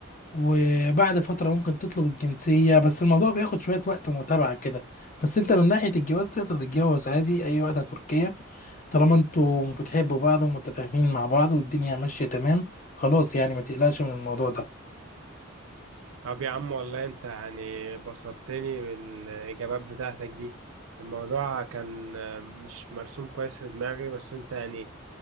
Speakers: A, on the left; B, on the right.
A: وبعد فترة ممكن تطلب الجنسية بس الموضوع بياخد شوية وقت متابعة كده بس انت من ناحية الجواز تقدر تتجوز عادي أي واحدة تركية طالما انتوا بتحبوا بعض ومتفاهمين مع بعض والدنيا ماشية تمام خلاص يعني ما تقلقش من الموضوع ده
B: طب يا عم والله أنت يعني بسطتني بالإجابات بتاعتك دي الموضوع كان آه، مش مرسوم كويس في دماغي بس أنت يعني